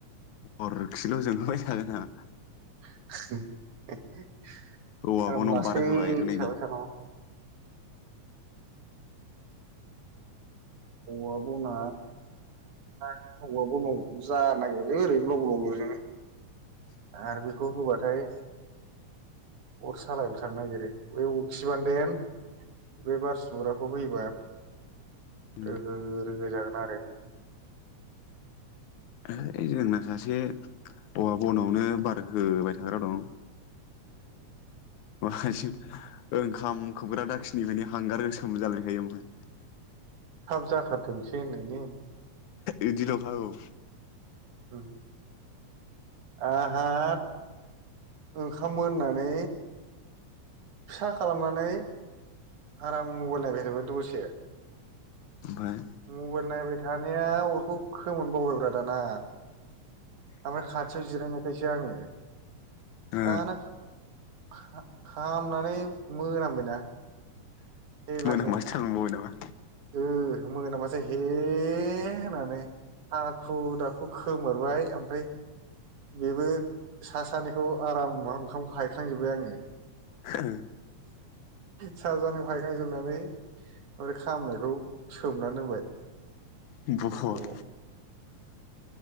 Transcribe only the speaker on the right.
<inaudible> <inaudible>
उम लासै
साबाय थानांगौ <inaudible> औवा‌‌ बना सावबाबो न जानो नागिरालै ओरैनो ब्लाव ब्लाव लजोङो आर बेखौ होबाथाय अर सालाय बो थानो नागिरो बे अरखिबान देन बे बार सुग्राखौ होयोबा
रोहो रोहो जागोन आरो।
थाब जाथारथोंसै होनैनायनि।
औ आहाद ओंखाम मोननानै फिसा खालामनानै आराम मबाइल नायबाय थाबा दस से।
मबाइल नायबाय थानाय या अरखौ खोमोरनो बावबाय ब्रा दाना। आमफाय खाथियाव जिरायनायखायसो आङो।
दाना खा-खामनानै मोनामबाय ना हैलासो
हो मोनामा जे हे होनानै हाखु दाखु खोमोरबाय आमफाय बेबो सा सानिखौ आराम ओंखामखौ हायखांजोबबाय आङो।
सा जानि हायखांजोबनानै ओरै खामनायखौ सोमनानै दोनबाय।
अ